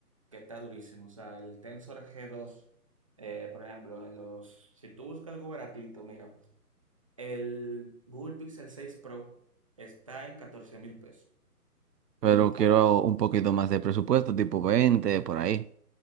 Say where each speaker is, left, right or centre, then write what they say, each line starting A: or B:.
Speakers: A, on the right; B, on the right.
A: que está durísimo. O sea, el Tensor g dos, eh, por ejemplo, en los, si tú buscas algo baratito, mira. El Google Pixel 6 Pro está en catorce mil pesos,
B: Pero
A: ultra
B: quiero
A: barato.
B: un poquito más de presupuesto, tipo 20, por ahí.